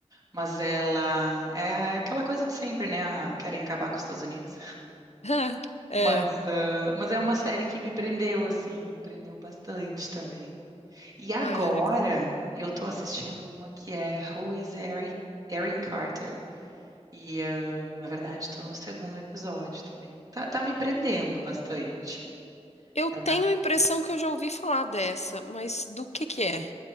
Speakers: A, on the right; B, on the left.
A: mas ela é é aquela coisa de sempre, né? Ah, Querem acabar com os Estados Unidos.
B: <laughs> É.
A: Mas, ah, mas é uma série que me prendeu, assim, me prendeu bastante também. E agora
B: Ah, é legal.
A: eu tô assistindo uma que é Who is Eric, Erin Carter? E, ah, na verdade, estou no segundo episódio também. Tá, tá me prendendo bastante.
B: Eu
A: Ela-
B: tenho a impressão que eu já ouvi falar dessa, mas do que que é?